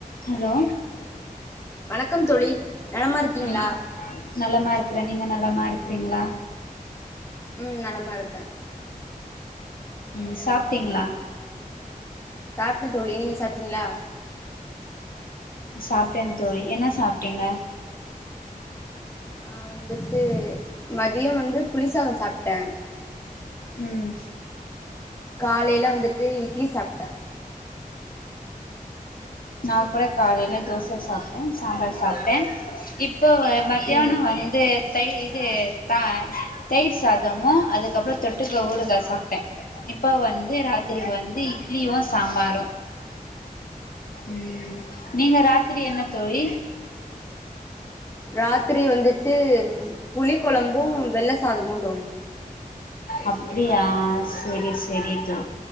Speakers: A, on the left; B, on the left.
A: Hello
B: வணக்கம் தோழி, நலமா இருக்கீங்களா?
A: ம் நலமா இருக்றன் நீங்க நலமா இருக்றீங்களா?
B: உம் நலமா இருக்கன்.
A: உம் சாப்டீங்களா?
B: சாப்டண் தோழி நீங்க சாப்டீங்களா?
A: ம் சாப்டண் தோழி என்ன சாப்டீங்க?
B: நான் வந்துட்டு, மதியம் வந்து புளிசாதம் சாப்டண்.
A: உம்.
B: காலேல வந்துட்டு இட்லி சாப்டண்.
A: நான் கூட காலேல தோசை சாப்டண், சாம்பார் சாப்டண், இப்ப மத்தியானம்
B: ம்
A: வந்து தை இது தா தயிர் சாதமும் அதுக்கப்புறம் தொட்டுக்க ஊருகா சாப்டண் இப்ப வ ந்து ராத்திரிக்கு
B: ம்
A: வந்து இட்லியும் சாம்பாரும் ம் நீங்க ராத்திரி என்ன தோழி
B: ராத்திரி வந்துட்டு புளி கொழம்பும் வெள்ள சாதமும் தோழி.
A: அப்டியா, செரி செரி தோ